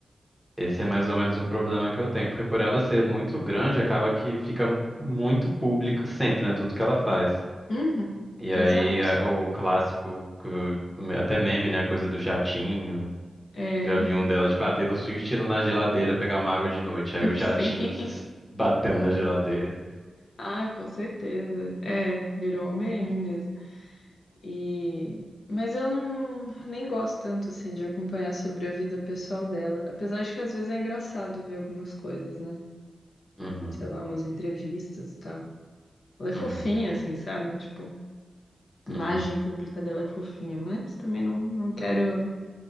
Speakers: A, in the centre; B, on the left.
A: esse é mais ou menos o problema que eu tenho. Porque por ela ser muito grande, acaba que fica muito público sempre, né? Tudo que ela faz.
B: Uhum,
A: E aí
B: exato.
A: a- o clássico, que eu- até meme, né? a Coisa do jatinho.
B: É,
A: Já vi um dela, tipo, ah, Taylor Swift indo na geladeira pegar uma água de noite. Aí o jatinho
B: Sim, <laughs>
A: s- batendo na geladeira.
B: ah, com certeza. É, virou um meme mesmo. E mas eu não nem gosto tanto assim de acompanhar sobre a vida pessoal dela, apesar de que às vezes é engraçado ver algumas coisas, né?
A: Uhum,
B: Sei lá, umas entrevistas e tal. Ela é fofinha
A: uhum,
B: assim, sabe? Tipo, a
A: uhum,
B: imagem pública dela é fofinha, mas também não, não quero